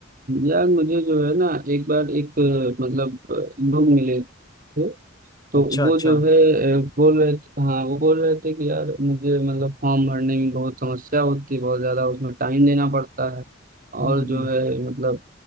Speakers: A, on the right; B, on the left.
A: यार मुझे जो है ना एक बार एक अ, मतलब अ, लोग मिले थे तो
B: अच्छा
A: वो
B: अच्छा
A: जो
B: हम्म
A: है अ, बोल रहे थे हाँ वो बोल रहे थे कि यार मुझे मतलब फॉर्म भरने में बहुत समस्या होती है बहुत ज़्यादा उसमें टाइम देना पड़ता है
B: हम्म।
A: और जो है मतलब